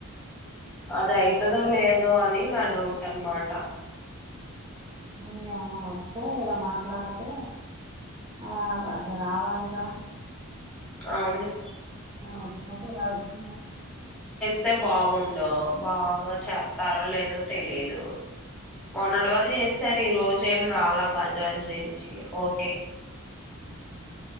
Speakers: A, in the centre; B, on the right.
A: అద అయితదో లేదో అని నా డౌట్ అనమాట
B: ఇయమ్మా వస్తే ఇలా మాట్లాడితే ఆ అది రావాలిగా
A: అవును
B: వచ్చిన ఎలా వచ్చ
A: వస్తే బాగుండు బాగా చెత్తరో లేదో తెలీదు మొన్నటి వరకు చేసారు ఈ రోజు ఏం రాలా బజాజ్ నుంచి ఓకే
B: హుమ్